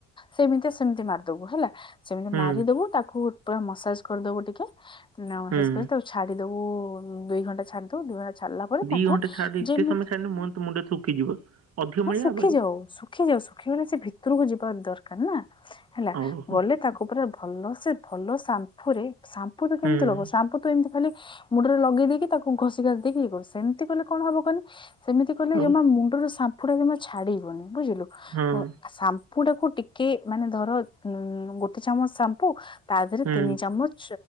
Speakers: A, on the left; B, on the right.
A: ସେମିତି ସେମିତି ମାରିଦବୁ ହେଲା। ସେମିତି
B: ହୁଁ
A: ମାରିଦବୁ ତାକୁ ତୁ ପୁରା ମସାଜ କରିଦବୁ ଟିକେ। ନା ମସାଜ
B: ହୁଁ
A: କରିକି ତାକୁ ଛାଡିଦବୁ ଦୁଇ ଘଣ୍ଟା ଛାଡିଦବୁ ଦୁଇ ଘଣ୍ଟା ଛାଡ଼ିଲା ପରେ
B: ଦି
A: ତାକୁ
B: ଘଣ୍ଟା ଛାଡ ଏତେ
A: ଯେମିତି,
B: ସମୟ ଛାଡିଲେ ମୋ ତ ମୁଣ୍ଡ ଶୁଖିଯିବ ଅଧିକ
A: ହଁ
B: ମଳିଆ
A: ଶୁଖିଯାଉ।
B: ହବନି
A: ଶୁଖିଯାଉ। ଶୁଖିଗଲେ ସେ ଭିତରକୁ ଯିବା ଦରକାର ନା ହେଲା।
B: ଓହୋ
A: ଗଲେ ତାକୁ ପୁରା ଭଲ ସେ ଭଲ ସାମ୍ଫୁରେ, ସାମ୍ଫୁ ତୁ
B: ହୁଁ
A: କେମିତି ଲଗଉଛୁ? ସାମ୍ପୁ ତ ଏମିତି ଖାଲି ମୁଣ୍ଡରେ ଲଗେଇ ଦେଇକି ତାକୁ ଘଷିଘାସି ଦେଇକି ଇଏ କରୁ। ସେମିତି କଲେ କଣ ହବ କହିଲୁ? ସେମିତି କଲେ
B: ଆଉ
A: ଜମା ମୁଣ୍ଡରୁ ସାମ୍ଫୁଟା ଜମା ଛାଡିବନି। ବୁଝିଲୁ?
B: ହଁ
A: ଅଁ ସାମ୍ ସାମ୍ପୁଟାକୁ ଟିକେ ମାନେ ଧର ଉଁ ଗୋଟେ ଚାମଚ ସାମ୍ପୁ ତା ଦେହରେ
B: ହୁଁ
A: ତିନି ଚାମଚ